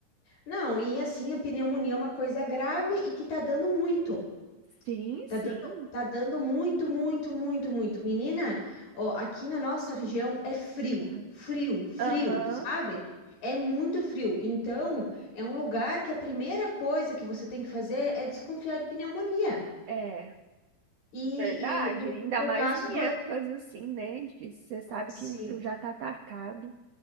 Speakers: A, on the left; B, on the right.
A: Não, e assim, a pneumonia é uma coisa grave e que tá dando muito.
B: Sim,
A: Tá
B: sim.
A: dando, tá dando muito, muito, muito, muito. Menina, ó, aqui na nossa região é frio,
B: Aham.
A: frio, frio,
B: Aham,
A: sabe? É muito frio. Então, é um lugar que a primeira coisa que você tem que fazer é desconfiar de pneumonia.
B: É.
A: E,
B: Verdade,
A: e por,
B: ainda
A: por
B: mais
A: causa
B: em
A: do.
B: épocas assim, né? de Que você sabe
A: Sim,
B: que o frio já tá atacado.